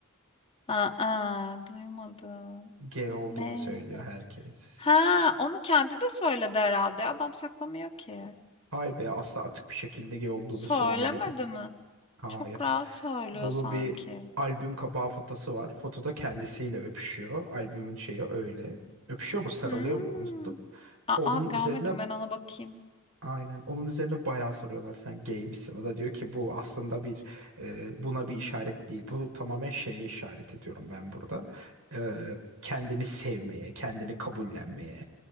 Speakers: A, on the left; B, on the right.
A: Aa, aa, duymadım.
B: G olduğunu
A: Ne?
B: söylüyor herkes.
A: Ha, onu kendi de söyledi herhalde. Adam saklamıyor ki.
B: Hayır be asla açık bir şekilde G olduğunu
A: Söylemedi
B: söylemedi.
A: mi?
B: Hayır.
A: Çok rahat söylüyor
B: Bunun
A: sanki.
B: bir albüm kapağı fotosu var. Fotoda kendisiyle öpüşüyor. Albümün şeyi öyle. Öpüşüyor mu, sarılıyor
A: Hmm.
B: mu unuttum.
A: Aa,
B: Onun
A: görmedim
B: üzerine
A: ben ona bakayım.
B: aynen onun üzerine bayağı soruyorlar sen gay misin? O da diyor ki bu aslında bir e, buna bir işaret değil. Bu tamamen şeye işaret ediyorum ben burada. E, kendini sevmeye, kendini kabullenmeye